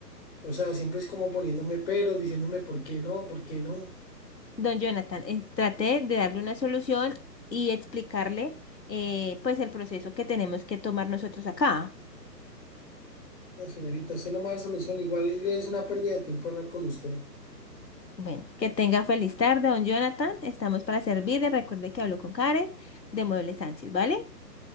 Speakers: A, on the left (about 40°); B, on the left (about 75°).
A: o sea, siempre es como poniéndome peros, diciéndome por qué no, por qué no.
B: don Jonathan, eh, traté de darle una solución y explicarle eh, pues el proceso que tenemos que tomar nosotros acá.
A: No, señorita, usted no me da solución. Igual es una pérdida de tiempo hablar con usted.
B: Bueno, que tenga feliz tarde, don Jonathan. Estamos para servirle. Recuerde que hablo con Karen de Mueble Sánchez, ¿vale?